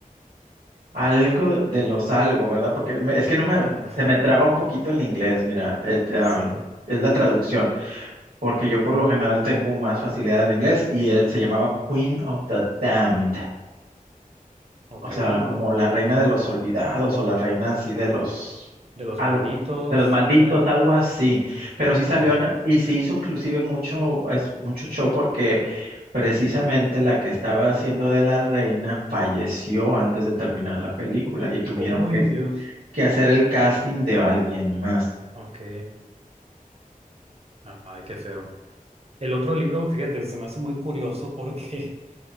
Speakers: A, on the right; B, on the right.
A: algo de los algo, ¿verdad? Porque me- es que no me,
B: ajá.
A: se me traba un poquito el inglés, mira, et- am,
B: Sí,
A: es la traducción. porque yo por lo general tengo más facilidad en inglés y él se llamaba Queen of the Damned,
B: ok.
A: o
B: De
A: sea, como la reina de los olvidados o la reina así de los
B: los
A: algo,
B: malditos,
A: de los malditos,
B: ¿no será?
A: algo así.
B: Te- te-
A: Pero sí salió
B: Ok.
A: en- y se hizo inclusive mucho, es- mucho show porque precisamente la que estaba haciendo de la reina falleció antes de terminar la película y tuvieron
B: Uy,
A: que
B: Dios.
A: que hacer el casting de alguien más.
B: Ok. Ay, qué feo. El otro libro, fíjate, se me hace muy curioso porque <laughs>